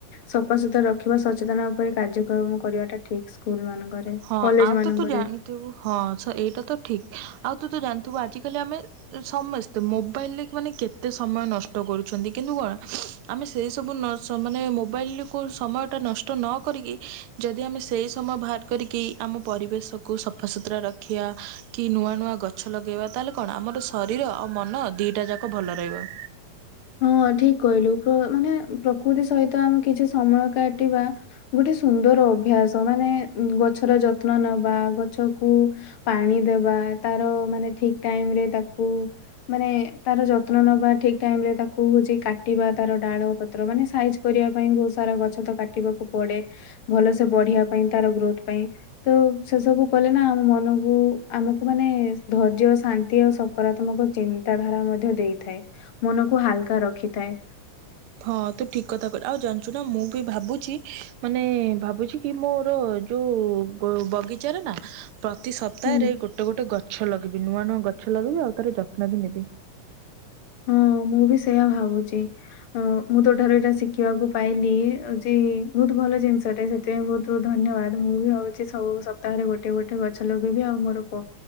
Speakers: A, on the left; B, on the right.
A: ସଫାସୁତୁରା ରଖିବା ସଚେତନ ଉପରେ କାର୍ଯ୍ୟକ୍ରମ କରିବାଟା ଠିକ ସ୍କୁଲ ମାନଙ୍କରେ
B: ହଁ
A: କଲେଜ
B: ଆଉ
A: ମାନଙ୍କ
B: ତ ତୁ ଜାଣିଥିବୁ ହଁ ସ ଏଇଟା ତ ଠିକ ଆଉ। ତ ଜାଣିଥିବୁ ଆଜିକାଲି ଆମେ ସମସ୍ତେ ମୋବାଇଲ ରେ ମାନେ କେତେ ସମୟ ନଷ୍ଟ କରୁଛନ୍ତି କିନ୍ତୁ। କଣ ଆମେ ସେ ସବୁ ନ ସ ମାନେ ମୋବାଇଲ କୁ ସମୟ ଟା ନଷ୍ଟ ନ କରିକି ଯଦି। ଯଦି ଆମେ ସେଇ ସମୟ ବାହାର କରିକି ଆମ ପରିବେଶକୁ ସଫାସୁତୁରା ରଖିବା କି ନୂଆ ନୂଆ ଗଛ ଲଗେଇବା ତାହେଲେ କଣ ଆ ଆମର ଶରୀର ଆଉ ମନ ଦିଟା ଯାକ ଭଲ ରହିବ।
A: ହଁ ଠିକ କହିଲୁ ପ୍ର ମାନେ ପ୍ରକୃତି ସହିତ ଆମେ କିଛି ସମୟ କାଟିବା ଗୋଟେ। ସୁନ୍ଦର ଅଭ୍ୟାସ ମାନେ ଗଛର ଯତ୍ନ ନବା ଗଛକୁ ପାଣି ଦେବା। ତାର ମାନେ ଠିକ୍ ଟାଇମ୍ ରେ ତାକୁ ମାନେ ତାର ଯତ୍ନ ନେବା ଠିକ୍ ଟାଇମ୍ ରେ ତା ତାକୁ ହଉଛି କାଟିବା ତାର ଡାଳ ପତ୍ର ମାନେ ସାଇଜ କରିବା ପାଇଁ ବହୁତ ସାରା ଗଛ ତ କାଟିବାକୁ ପଡେ। ଭଲ ସେ ବଢିବା ପାଇଁ ତାର ଗ୍ରୋଥ ପାଇଁ ତ ସେ ସବୁ କଲେ ନା ଆମ ମନକୁ ଆମକୁ। ମାନେ ଧୈର୍ଯ୍ୟ ଶାନ୍ତି ଆଉ ସକାରାତ୍ମକ ଚିନ୍ତା ଧାରା ମଧ୍ୟ ଦେଇଥାଏ। ମନକୁ ହାଲ କା ରଖିଥାଏ।
B: ହଁ ତୁ ଠିକ କଥା କହି ଆଉ ଜାଣିଛୁ ନା ମୁଁ ବି ଭାବୁଚି ମାନେ ଭାବୁଚି କି ମୋର ଯୋଉ ବ ବଗିଚାରେ ନା ପ୍ରତି ସପ୍ତାହରେ
A: ହୁଁ
B: ଗୋଟେ ଗୋଟେ ଗଛ ଲଗେଇବି। ନୂଆ ନୂଆ ଗଛ ଲଗେଇବି। ଆଉ ତାର ଯତ୍ନ ବି ନେବି।
A: ହଁ ମୁଁ ବି ସେଇୟା ଭାବୁଚି। ହଁ ମୁଁ ତୋଠାରୁ ଏଇଟା ଶିଖିବାକୁ ପାଇଲି ଯେ ବହୁତ ଭଲ ଜିନିଷଟା ସେଥିପାଇଁ ବହୁତ ଧନ୍ୟବାଦ। ମୁଁ ବି ଭାବୁଛି ସବୁ ସପ୍ତାହରେ ଗୋଟେ ଗୋଟେ ଗଛ ଲଗେଇବି ଆଉ ମୋର ପ